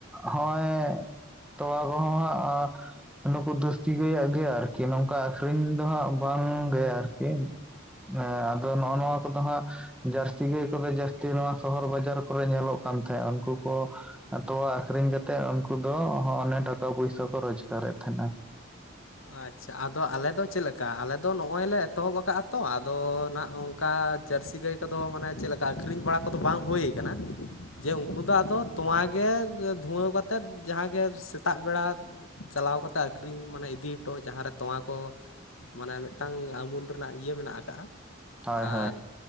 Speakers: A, in the centre; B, on the left.
A: ᱦᱚᱸᱭ ᱛᱚᱣᱟ ᱠᱚᱦᱚᱸ ᱦᱟᱸᱜ ᱱᱩᱠᱩ ᱫᱟᱹᱥᱛᱤ ᱜᱟᱹᱭᱟᱜ ᱟᱨᱠᱤ ᱱᱚᱝᱠᱟ ᱟᱠᱷᱨᱤᱧ ᱫᱚ ᱦᱟᱸᱜ ᱵᱟᱝᱜᱮ ᱟᱨᱠᱤ᱾ ᱮᱸ ᱟᱫᱚ ᱱᱚᱜᱼᱚ ᱱᱚᱣᱟ ᱠᱚᱫᱚ ᱦᱟᱸᱜ ᱡᱟᱹᱨᱥᱤ ᱜᱟᱹᱭ ᱠᱚᱫᱚ ᱡᱟᱹᱥᱛᱤ ᱱᱚᱣᱟ ᱥᱚᱦᱚᱨ ᱵᱟᱡᱟᱨ ᱠᱚᱨᱮ ᱧᱮᱞᱚᱜ ᱠᱟᱱ ᱛᱟᱦᱮᱸᱫ ᱩᱱᱠᱩ ᱠᱚ ᱛᱚᱣᱟ ᱟᱠᱷᱨᱤᱧ ᱠᱟᱛᱮᱜ ᱩᱱᱠᱩ ᱫᱚ ᱚᱱᱮ ᱴᱟᱠᱟ ᱯᱚᱭᱥᱟ ᱠᱚ ᱨᱚᱡᱜᱟᱨᱮᱫ ᱛᱟᱦᱮᱸᱱᱟ᱾
B: ᱟᱪᱪᱷᱟ ᱟᱫᱚ ᱟᱞᱮᱫᱚ ᱪᱮᱫᱞᱮᱠᱟ ᱟᱞᱮᱫᱚ ᱱᱚᱜᱼᱚᱭ ᱞᱮ ᱮᱛᱚᱦᱚᱵ ᱟᱠᱟᱜᱼᱟ ᱛᱚ ᱟᱫᱚ ᱱᱟᱜ ᱩᱝᱴ ᱠᱟ ᱡᱟᱹᱨᱥᱤ ᱜᱟᱹᱭ ᱠᱚᱫᱚ ᱢᱟᱱᱮ ᱪᱮᱫ ᱞᱮᱠᱟ ᱟᱹᱠᱷᱨᱤᱧ ᱵᱟᱲᱟ ᱠᱚᱫᱚ ᱵᱟᱝ ᱦᱩᱭ ᱠᱟᱱᱟ᱾ ᱡᱮ ᱩᱱᱠᱩ ᱫᱚ ᱟᱫᱚ ᱛᱳᱣᱟᱜᱮ ᱫᱷᱩᱣᱟᱹᱣ ᱠᱟᱛᱮᱫ ᱡᱟᱦᱟᱸᱜᱮ ᱥᱮᱛᱟᱜ ᱵᱮᱲᱟ ᱪᱟᱞᱟᱣ ᱠᱟᱛᱮ ᱟᱠᱷᱨᱤᱧ ᱢᱟᱱᱮ ᱤᱫᱤ ᱴᱚ ᱡᱟᱦᱟᱸ ᱨᱮ ᱛᱚᱣᱟᱸ ᱠᱚ ᱢᱟᱱᱮ ᱢᱤᱫᱴᱟᱝ ᱟᱢᱩᱞ ᱨᱮᱱᱟᱜ ᱤᱭᱟᱹ ᱢᱮᱱᱟᱜ ᱠᱟᱜᱼᱟ
A: ᱦᱳᱭ
B: ᱟᱨ
A: ᱦᱳᱭ